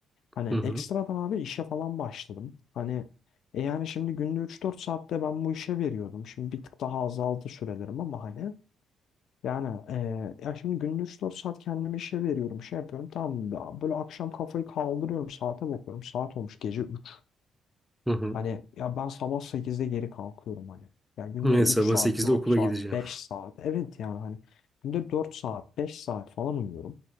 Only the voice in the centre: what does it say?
Hı hı.
Hı hı.
Evet,
sabah
sekizde
okula
gideceğim.